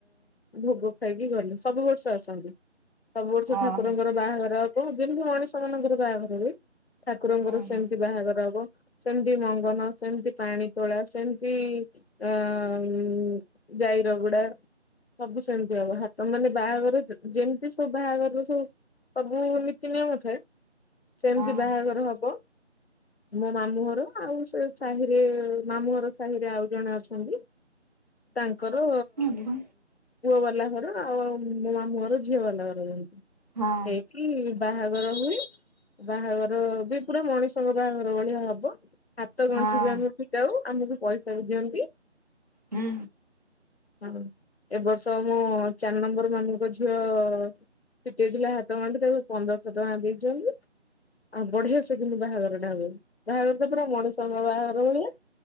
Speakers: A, on the left (about 60°); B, on the right (about 35°).
A: ଭୋଗ ଖାଇକି ଗଲେ ସବୁ ବର୍ଷ ଆସନ୍ତି। ସବୁ ବର୍ଷ
B: ଓହୋ
A: ଠାକୁରଙ୍କର ବାହାଘର ହବ ଯେମିତି ମଣିଷ ମାନଙ୍କର ବାହାଘର ହୁଏ। ଠାକୁରଙ୍କର
B: ହଁ
A: ସେମିତି ବାହାଘର ହବ। ସେମିତି ମଙ୍ଗନ ସେମତି ପାଣି ତୋଳା ସେମିତି। ଆଁ ଉଁ ଯାଇ ରଗୁଡା। ସବୁ ସେମିତି ହବ ହାତ ମାନେ ବାହାଘର ଯେମିତି ସବୁ ବାହାଘର ରେ ସବୁ। ସବୁ ନୀତି ନିୟମ ଥାଏ ସେମିତି
B: ହଁ
A: ବାହାଘର ହବ। ମୋ ମାମୁଁ ଘର ଆଉ ସେ ସାହିରେ ମାମୁଁ ଘର ସାହିରେ ଆଉ ଜଣେ ଅଛନ୍ତି। ତାଙ୍କର।
B: ହୁଁ
A: ପୁଅ ବାଲା ଘର ଆଉ ଆଉ ମୋ ମାମୁଁ ଘର ଝିଅ ବାଲା ଘର ଯେମିତି।
B: ହଁ।
A: କି ବାହାଘର ହୁଏ। ବାହାଘର ବି ପୁରା ମଣିଷଙ୍କ ବାହାଘର ଭଳିଆ ହବ ହାତ ଗଣ୍ଠି
B: ହଁ
A: ବି ଆମେ ଫିଟା ଯଉ ଆମକୁ ପଇସା ବି ଦିଅନ୍ତି।
B: ହୁଁ
A: ହଁ ଏବ ବର୍ଷ ମୋ ଚାରି ନମ୍ବର ମାମୁଁଙ୍କ ଝିଅ ଫିଟେଇଥିଲା ହାତ ଗଣ୍ଠି ତାକୁ ପନ୍ଦରଶହ ଟଙ୍କା ଦେଇଛନ୍ତି। ଆଉ ବଢିଆ ସେ କିନ୍ତୁ ବାହାଘରଟା ହଵ ବାହାଘର ତା ପୁରା ମଣିଷଙ୍କର ବାହାଘର ଭଳିଆ।